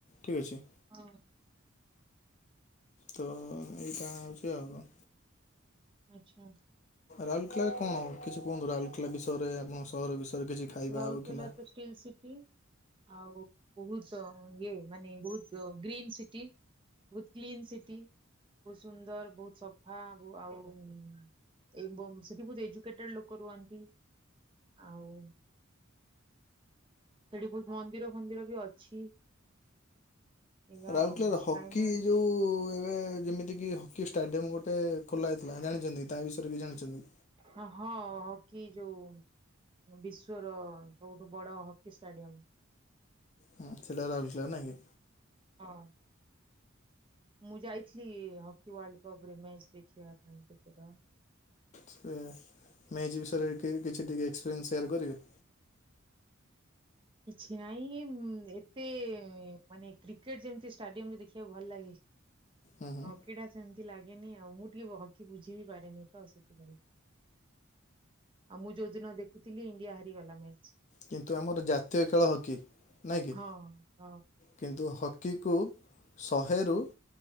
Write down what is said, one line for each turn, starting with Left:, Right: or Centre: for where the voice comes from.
Left: ଠିକ୍ ଅଛି।
Right: ହଁ।
Left: ତ ଏଇଟା ହଉଛି ଆଉ କଣ
Right: ଆଛା।
Left: ରାଉରକେଲାରେ କଣ କିଛି କୁହନ୍ତୁ, ରାଉରକେଲା ବିଷୟରେ ଆପଣ ସହର ବିଷୟରେ? କିଛି ଖାଇବା
Right: ରାଉରକେଲା
Left: ହଉ କିମ୍ବା
Right: ତ ଷ୍ଟିଲ୍ ସିଟି ଆଉ। ବହୁତ ଇଏ ମାନେ ବହୁତ ଗ୍ରୀନ୍ ସିଟି ବହୁତ କ୍ଲିନ ସିଟି ବହୁତ ସୁନ୍ଦର, ବହୁତ ସଫା, ଆବୁ ଆଉ ଏ ବ-ବ ସେଠି ବହୁତ ଏଜୁକେଟେଡ ଲୋକ ରୁହନ୍ତି। ଆଉ ସେଠି ବହୁତ ମନ୍ଦିର ଫନ୍ଦିର ବି ଅଛି। ଏଇଆ
Left: ରାଉରକେଲାରେ
Right: ଆଉ
Left: ହକି
Right: କାହିଁନା
Left: ଯୋଉ ରେ ଯେମିତିକି ହକି ଷ୍ଟାଡିୟମ ଗୋଟେ ଖୋଲା ହେଇଥିଲା, ଜାଣିଚନ୍ତି କି ତା ବିଷୟରେ ବି ଜାଣିଚନ୍ତି?
Right: ହଁ ହଁ ହକି ଯୋଉ ବିଶ୍ଵର ସବୁଠୁ ବଡ ହକି ଷ୍ଟାଡିୟମ।
Left: ହଁ ସେଇଟା ହେଲା ଅର୍ଜିନାଲ ନାହିଁ କି?
Right: ହଁ ମୁଁ ଯାଇଥିଲି ହକି ୱାଲ୍ଡ କପରେ ମ୍ୟାଚ୍ ଦେଖିବା ପାଇଁ କେତେଟ
Left: ସେ ମେଜ୍ ବିଷୟରେ କିଏ କିଛି ଟିକେ ଏକ୍ସପିରିଏନ୍ସ ସେୟାର କରିବେ?
Right: କିଛି ନାଇଁ, ଏ ଏତେ ମାନେ କ୍ରିକେଟ ଯେମତି ଷ୍ଟାଡିୟମରେ ଦେଖିବାକୁ ଭଲ ଲାଗେ
Left: ହୁଁ ହୁଁ
Right: ହକିଟା ସେମତି ଲାଗେ ନିଏନି ଆଉ ମୁଁ ଟିକେ ହକି ବୁଝି ବିି ପାରେନି, ତ ସେଥିପାଇଁ। ଆଉ ମୁଁ ଯୋଉଦିନ ଦେଖୁଥିଲି ଇଣ୍ଡିଆ ହାରିଗଲା ମ୍ୟାଚ।
Left: କିନ୍ତୁ ଆମର ଜାତୀୟ ଖେଳ ହକି। ନାଇଁ କି?
Right: ହଁ ହଁ
Left: କିନ୍ତୁ ହକ ହକିକୁ ଶହେରୁ
Right: ହୁଁ